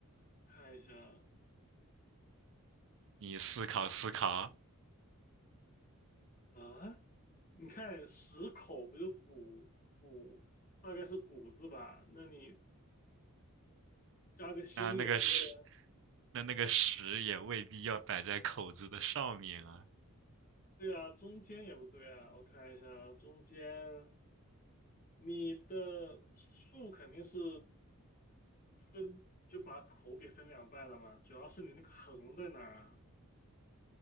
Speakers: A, on the left; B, on the right.
A: 我看一下啊。
B: 你思考思考，
A: 啊，你看十口不就谷谷，大概是谷字吧？那你加个心也不对呀。
B: 那那个十，那那个十也未必要摆在口字的上面啊。
A: 对啊，中间也不对啊。我看一下啊，中间你的竖肯定是分，就把口给分两半了嘛。主要是你那个横在哪儿啊？